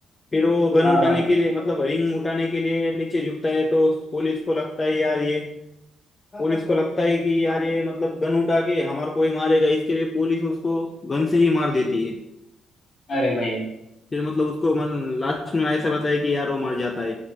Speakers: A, on the left; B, on the left.
A: फिर वो गन
B: हाँ
A: उठाने
B: हाँ
A: के लिए मतलब रिंग उठाने के लिए नीचे झुकता है तो पुलिस को लगता है यार ये पुलिस को लगता है कि यार ये मतलब गन उठा के हमारे को ही मारेगा इसके लिए पुलिस उसको गन से ही मार देती है
B: अरे भाई
A: फिर मतलब उसको मन- लास्ट में ऐसा बताया कि यार वो मर जाता है